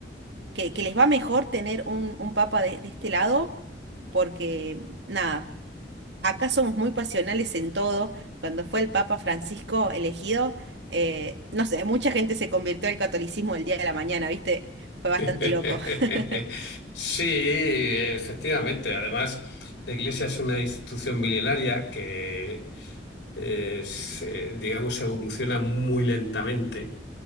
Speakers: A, on the right; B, on the left.
A: que, que les va mejor tener un, un papa de, de este lado, porque nada, acá somos muy pasionales en todo. Cuando fue el Papa Francisco elegido, eh, no sé, mucha gente se convirtió al catolicismo el día de la mañana, ¿viste? Fue bastante
B: <laughs>
A: loco. <laughs>
B: Sí, efectivamente. Además, la Iglesia es una institución milenaria que, eh, se- digamos, evoluciona muy lentamente.